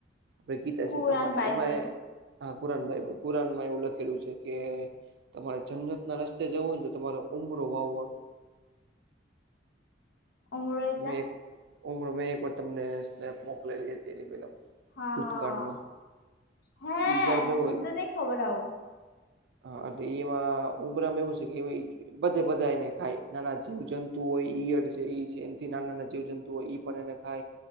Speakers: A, on the right; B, on the left.
A: કઈ ગીતા
B: કુરાન
A: જે પ્રમાણે
B: બાઈબલ
A: એમાં એ હા કુરાન ભાઈ કુરાન માં એવું લખેલું છે. કે તમારે જમનત ના રસ્તે જવું. હોયને તો તમારે ઉબરો વાવવાનો.
B: ઉમરો એટલે
A: મેં ઉમરો મેં એક વાર તમને સ્નેપ મોકલાલી હતી. એની પેલ
B: હા
A: ભૂતકાળમાં
B: હે
A: ઈ જાર મે હોય.
B: મને તો નઈ ખબર આવું
A: હા એટલે એમાં ઉમરામાં એવું છે. કે બધે બધા એને ખાય નાના જીવ જંતુ હોય ઈયડ છે. એ એનથી નાના નાના જીવ જંતુઓ હોય, ઈ પણ એને ખાય.